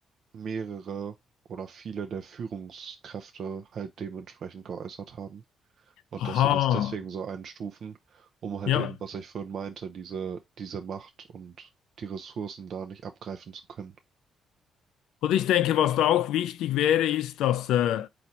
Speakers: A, on the right; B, on the left.
A: mehrere oder viele der Führungskräfte halt dementsprechend geäußert haben. Und
B: Aha,
A: dass sie das deswegen so einstufen, um halt
B: ja.
A: eben, was ich vorhin meinte, diese, diese Macht und die Ressourcen da nicht abgreifen zu können.
B: Und ich denke, was da auch wichtig wäre, ist, dass äh,